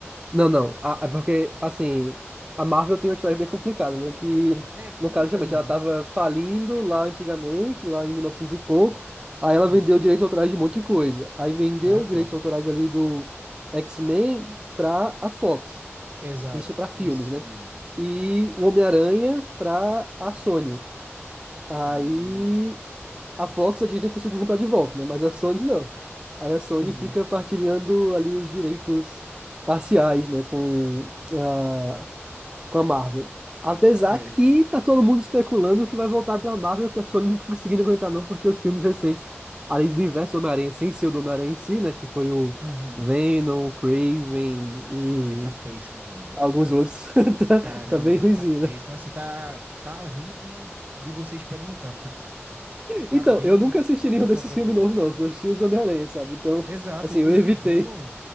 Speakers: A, on the right; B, on the right.
A: Não, não, a- é porque, assim, a Marvel tem uma história bem complicada, né, que,
B: É complicado
A: no caso, justamente,
B: demais.
A: ela tava falindo lá antigamente, lá em 1900 e novecentos e pouco, aí ela
B: Hum.
A: vendeu direitos autorais de um monte de coisa, aí vendeu
B: Ah, tá.
A: direitos autorais ali do X-Men pra a Fox.
B: Exato,
A: Isso para filmes,
B: isso
A: né?
B: mesmo.
A: E o Homem-Aranha para a Sony. Aí
B: Hum,
A: a Fox, a Disney conseguiu comprar de volta, né? Mas a Sony não. Aí a Sony
B: entendi.
A: fica partilhando ali os direitos parciais, né? Com a, com a Marvel. Apesar
B: É.
A: que tá todo mundo especulando que vai voltar pra Marvel, que a Sony não tá conseguindo aguentar não, porque os filmes recentes, além do universo do Homem-Aranha, sem ser o do Homem-Aranha em si, né? Que foi o
B: Uhum.
A: Venom, Craven
B: É, tá péssimo, velho.
A: Alguns outros <laughs> tá,
B: Caramba,
A: tá bem
B: velho,
A: ruimzinho
B: tá péssimo.
A: né?
B: Assim, tá, tá ruim de, de você experimentar. Tá
A: Então,
B: bem
A: eu nunca assisti nenhum
B: pouco
A: desses
B: atrativo.
A: filmes novos, não. Eu Só assisti os Homem-Aranha, sabe? Então,
B: Exato,
A: assim, eu
B: os
A: evitei.
B: de Venom,